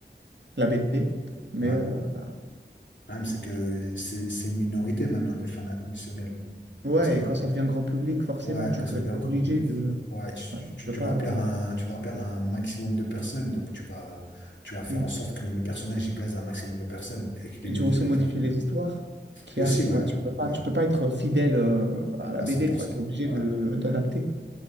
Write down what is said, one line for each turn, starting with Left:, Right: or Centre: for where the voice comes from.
Right: la BD. Mais
Left: Ouais.
Right: euh,
Left: Le
Right: bah,
Left: problème, c'est que c'est c'est une minorité maintenant, les fans inconditionnels.
Right: Ouais,
Left: Parce que
Right: et quand ça devient grand public, forcément,
Left: Ouais,
Right: tu
Left: quand c'est
Right: peux
Left: ouvert
Right: être obligé
Left: au grand public,
Right: de.
Left: ouais, tu,
Right: voilà, tu
Left: tu,
Right: peux
Left: tu
Right: pas.
Left: dois plaire à un, tu dois plaire à un maximum de personnes, donc tu vas, tu vas faire
Right: Mm.
Left: en sorte que le personnage y plaise à un maximum de personnes et qu'il
Right: Et
Left: est minoritaire.
Right: tu veux aussi modifier les histoires qu'il
Left: Aussi,
Right: y a, tu
Left: ouais,
Right: vois. Tu peux
Left: ouais,
Right: pas, tu peux pas être fidèle euh, à la
Left: à
Right: BD,
Left: cent pour
Right: quoi.
Left: cent
Right: Tu es obligé
Left: Ouais,
Right: de d'adapter.